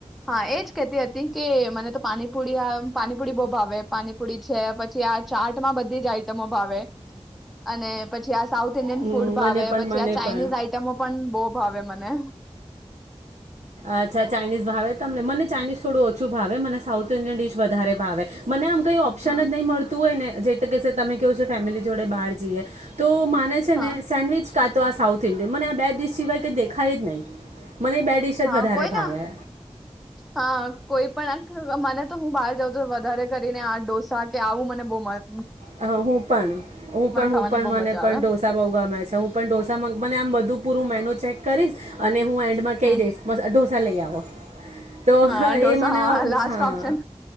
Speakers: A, in the centre; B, on the right (about 75°).
A: હા એજ કેહેતી હતી કે મને તો પાણીપુરી પાનીપુડી બહુ ભાવે પાનીપુરી છે પછી આ ચાટમાં બધી જ આઈટમો ભાવે, અને પછી આ સાઉથ ઇન્ડિયન
B: હમ
A: ફૂડ ભાવે
B: મને પણ
A: પછી
B: મને
A: આ ચાઇનીઝ
B: પણ
A: આઈટમો બહુ ભાવે મને.
B: અચ્છા ચાઇનીઝ ભાવે તમને મને ચાઇનીઝ થોડું ઓછું ભાવે મને સાઉથ ઇન્ડિયન ડિશ વધારે ભાવે, મને આમ કઈ ઓપ્શન
A: હા
B: જ નહીં મળતું હોય ને જે ત કે તમે કેવો છો ફેમિલી જોડે બહાર જઈએ, તો છે
A: હા
B: ને સેન્ડવચા તો આ સાઉથ ઇન્ડિયન મને આ બે ડિશ સિવાય કઈ દેખાય જ નહીં, મને બે ડિશ જ
A: હા
B: વધારે
A: કોઈ
B: ભાવે
A: ના, હા કોઈ પણ મને તો હું બહાર તો વધારે કરીને આ ડોસા કે આવું મને બહુ મસ.
B: હ હું પણ, હું પણ હું
A: ખાવાની
B: પણ
A: બહુ
B: મને
A: મજા
B: પણ
A: આવે
B: ઢોસા બઉ ગમે છે હું પણોસા મને આમ બધું પૂરું ચેક કરી, અને હું એન્ડ માં કહી
A: હમ
B: દઈશ ડોસા લઈ આવ. હા. <inaudible> તો
A: હા ઢોસા
B: એ મને
A: હા લાસ્ટ
B: હા,
A: ઓપ્શન